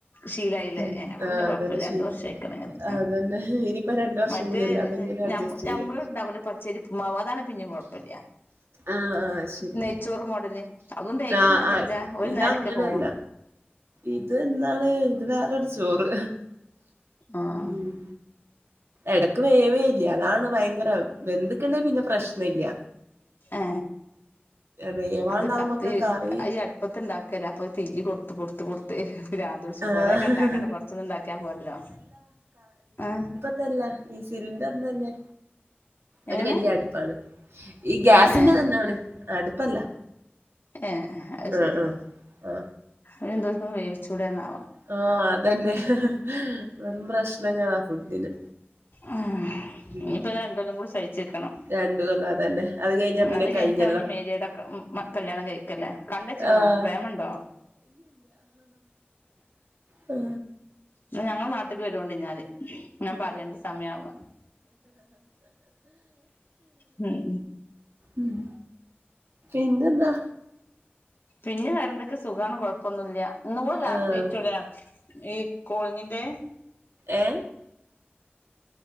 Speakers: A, on the left; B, on the right.
A: ശീലായില്ലേ
B: ഉം
A: അപ്പോ
B: ആഹ്
A: പിന്നെ കൊഴപ്പല്യ
B: അതന്നെ ശീലം
A: രണ്ട് വർഷായിക്ക്ണേത്
B: അതന്നെ ഇനിയിപ്പ രണ്ട് വർഷം
A: മറ്റേ
B: കൂടിയല്ലേ അതങ്ങനെ അഡ്ജസ്റ്റ്
A: ഞമ്മ ഞമ്മളുണ്ടാക്കൂലേ
B: ചെയ്യാ
A: പച്ചരിഉപ്പുമാവ് അതാണ് പിന്നേം കൊഴപ്പല്ല്യ.
B: ആഹ് ആഹ് ശരി
A: നെയ്ച്ചോറ് മോഡല് അതും ഡെയ്ലിതിന്നാൻപറ്റില്ലാ
B: ആഹ് ആഹ്
A: ഒരു
B: ഇതങ്ങനല്ല
A: നേരമൊക്കെ പോവുള്ളു
B: ഇത് എന്താണ് ഇതുവേറൊരു ചോറ്
A: ആഹ്
B: ഉം എടക്ക് വേവയില്ല അതാണ് ഭയങ്കരം വെന്തിട്ടുണ്ടേൽ പിന്നേം പ്രശ്നമില്ല
A: ആ
B: വേവാണ്ടാവുമ്പൊക്കെ
A: അത് കത്തി
B: കറി
A: ഈ അടുപ്പത്തിണ്ടാ ക്കല്ലാ അപ്പൊ തീ കൊടുത്ത് കൊടുത്ത് കൊടുത്ത് പ്രാന്ത് പിടിച്ചു
B: ആഹ്
A: കൊറേക്കെ ഉണ്ടാക്കണ്ടു കൊറച്ചൊന്നും ഒണ്ടാക്കിയാ പോരല്ലോ ആ
B: ഇതല്ല ഈ സിലിണ്ടറിന്റെ തന്നെ ഒരു
A: എങ്ങനെ
B: വലൃ അടുപ്പാണ് ഈ ഗ്യാസിന്റെതന്നാണ്
A: ഏഹ്
B: അടുപ്പല്ല
A: ഏ അത്
B: ആഹ്
A: ശെരി
B: ആഹ് ആഹ്
A: പിന്നെ എന്തോരിക്കൊന്ന് വേവിച്ചുടാർന്നോ
B: ആ അതന്നെ വെറും പ്രശ്നങ്ങളാ ഫുഡിന്
A: ആ
B: ഉം
A: ഇനിയിപ്പത് രണ്ടുകൊല്ലം കൂടി സഹിച്ചുനിക്കണം
B: രണ്ടു കൊല്ലം അതന്നെ അത് കഴിഞ്ഞാ പിന്നെ
A: അത് കഴിഞ്ഞിട്ടാവാം
B: കഴിഞ്ഞല്ലോ
A: നി മേരിടൊക്കെ മാ കല്യാണം കഴിക്കല്ലേ കണ്ടുച്ചക്കണോ
B: ആഹ്
A: പ്രേമുണ്ടോ
B: ഹാ
A: ഞങ്ങളുടെ നാട്ടുക്ക് വരുവൊണ്ടി ഞ്ഞാതി ഞാൻ പറയൊണ്ട് സമയാകുമ്പോ ഉം
B: ഉം എന്തുണ്ട്
A: പിന്നെ വേറെ എന്തൊക്കെ സുഖാണ് കൊഴപ്പൊന്നുല്ലൃ ഇന്നും കൂടെ ലാസ്റ്റ്
B: ആഹ്
A: ഡേറ്റൊലൃ ഈ കോളിങ്ങിൻ്റെ
B: ഏ